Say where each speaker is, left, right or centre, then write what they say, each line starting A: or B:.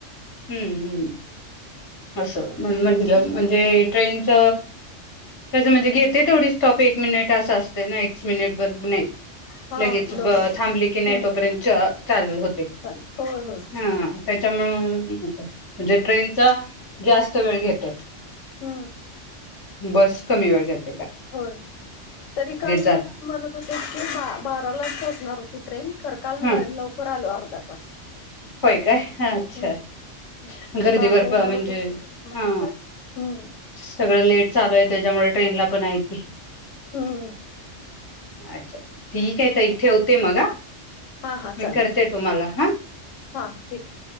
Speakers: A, on the left; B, on the left.
A: हं, हं, असं म्हणून म्हटलं,
B: हम्म
A: म्हणजे ट्रेनच तेच म्हणजे, घेतय थोडी स्टॉप एक मिनिट असं असतय ना, <unintelligible>
B: हा
A: लगेच
B: दोन
A: ब थांबली की नाही,
B: हम्म
A: तोपर्यंत चालू होते.
B: चालेल होय होय
A: हा. त्यांच्यामुळ, म्हणजे ट्रेनच जास्त वेळ घेत.
B: हं.
A: बस कमी वेळ जात
B: होय, तरी काल
A: जात
B: ना म्हणत होते की, बा बारालाच पोचणार होती ट्रेन, खर काल
A: हा
B: लवकर आलो अर्धा तास.
A: होय काय? अच्छा.
B: हम्म हम्म
A: गर्दीवर
B: बाराला येणारच
A: प म्हणजे,
B: होती हम्म
A: हा.
B: हम्म
A: सगळं लेट चालू आहे, त्याज्यामुळ ट्रेनला पण आहे की.
B: हूं.
A: अच्छा, ठीक आहे ताई ठेवते मग, हा
B: हा हा
A: मी
B: चालेल
A: करते
B: चालेल
A: तुम्हाला हा.
B: हा, ठीक आहे.